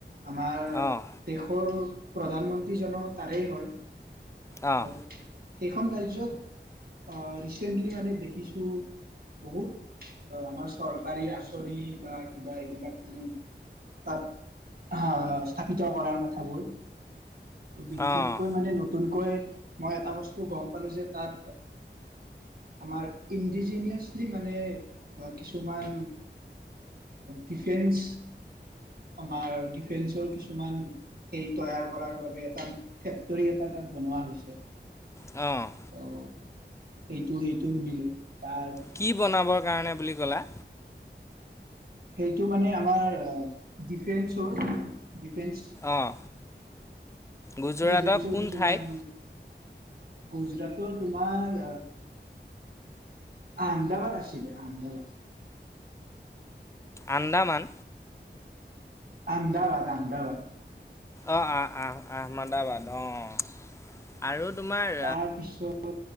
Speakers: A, on the right; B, on the left.
A: আমাৰ
B: অঁ
A: দেশৰ প্ৰধানমন্ত্ৰী জনো তাৰেই হয়।
B: অঁ
A: <unintelligible> সেইখন ৰাজ্যত অ'! ৰিচেণ্টলি মানে দেখিছোঁ বহুত আমাৰ চৰকাৰী আঁচনি বা কিবা এইবিলাক মানে তাত আঁ স্থাপিত কৰাৰ কথাবোৰ। ত' বিশেষকৈ
B: অঁ
A: মানে, নতুন মই এটা বস্তু গম পালো যে, তাত আমাৰ ইণ্ডিজিনিয়ছ মানে, কিছুমান ডিফেন্স, আমাৰ ডিফেন্সৰ কিছুমান হেৰি তৈয়াৰ কৰাৰ বাবে এটা, ফেক্টৰী এটা তাত বনোৱা হৈছে।
B: অ'!
A: ত' সেইটো, সেইটো শুনিলো। তাৰ
B: কি বনাবৰ কাৰণে বুলি কি ক'লা?
A: সেইটো মানে, আমাৰ ডিফেন্সৰ ডিফেন্স
B: অঁ গুজৰাটৰ
A: ডিফেন্সৰ
B: কোন
A: কিছুমান
B: ঠাইত
A: গুজৰাটৰ তোমাৰ আহমেদাবাদ আছিলে, আমদাবাদ।
B: আন্দামান
A: আহমেদাবাদ, আহমেদাবাদ
B: অ'! অ'! অ'! আহমদাবাদ। অ'! আৰু তোমাৰ
A: তাৰপিছত